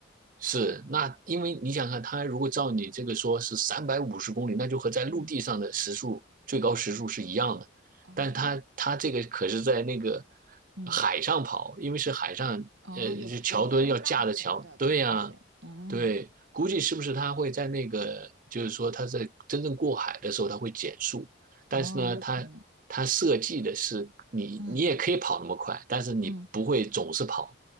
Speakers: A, on the right; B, on the right.
A: 是，那因为你想看，它如果照你这个说是三百五十公里，那就和在陆地上的时速最高时速是一样的，
B: 嗯啊，
A: 但是它它这个可是在那个
B: 嗯。
A: 海上跑，因为是海上，
B: 哦，
A: 呃，
B: 有有风浪啊什么的，
A: 是桥墩要架着桥，对呀，
B: 可能是，嗯，
A: 对，估计是不是它会在那个，就是说它在真正过海的时候它会减速，但是呢，
B: 哦，也有可能，
A: 它它设计的是你你也可以跑那么快，
B: 嗯
A: 但是你不会总是跑，
B: 嗯